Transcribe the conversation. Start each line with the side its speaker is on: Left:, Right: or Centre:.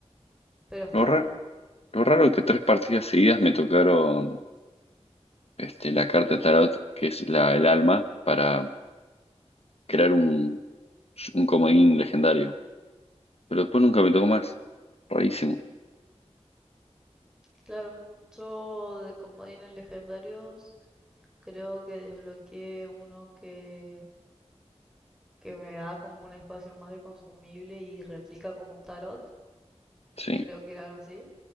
Centre: Pero está
Left: no,
Centre: bueno.
Left: ra- Lo raro que tres partidas seguidas me tocaron este, la carta de tarot, que es la, el alma, para crear un, un comodín legendario. Pero después nunca me tocó más. Rarísimo.
Centre: Claro, yo de comodines legendarios Creo que desbloqueé uno que, que me da como un espacio más de consumible y replica como un tarot.
Left: Sí.
Centre: Creo que era algo así.